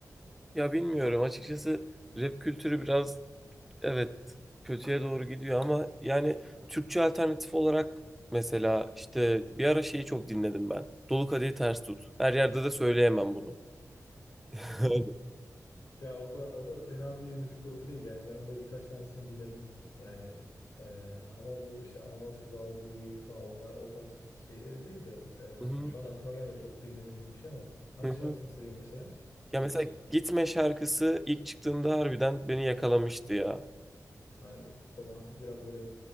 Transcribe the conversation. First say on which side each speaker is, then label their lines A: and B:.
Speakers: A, in the centre; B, on the left.
A: Ya bilmiyorum açıkçası rap kültürü biraz Evet, kötüye doğru gidiyor ama yani Türkçe alternatif olarak mesela işte bir ara şeyi çok dinledim ben. Dolu kadehi ters tut. Her yerde de söyleyemem bunu. <laughs>
B: Ya o da o da fena bir müzik grubu değil yani ben de birkaç tanesini dinledim yani e, ama bu işte Ananas gibi Ağustos gibi falan onlar o tarz şeyler değil de
A: Hı hı,
B: e, şu an aklıma gelmiyor çok dinlemediğim bir şey ama hangi
A: hı
B: şarkısını
A: hı.
B: seviyorsun mesela? Seviyorsun.
A: Ya mesela Gitme şarkısı ilk çıktığında harbiden beni yakalamıştı ya.
B: Yani romantik biraz böyle